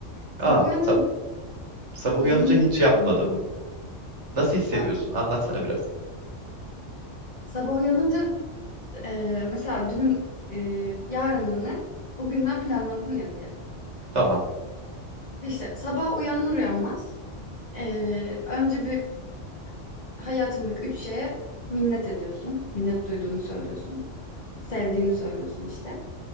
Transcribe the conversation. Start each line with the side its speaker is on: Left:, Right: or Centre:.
Left: Sabah
Right: Aa,
Left: uyanınca
Right: sa- sabah uyanınca
Left: zihinde
Right: hiç
Left: canlandırmak.
Right: yapmadım. Nasıl hissediyorsun?
Left: Bak,
Right: Anlatsana biraz.
Left: sabah uyanınca e, mesela dünün e, yarınını bugünden planladın ya diyelim.
Right: Tamam.
Left: İşte sabah uyanır uyanmaz e, önce bir hayatındaki 3 şeye minnet ediyorsun. Minnet duyduğunu söylüyorsun. Sevdiğini söylüyorsun işte.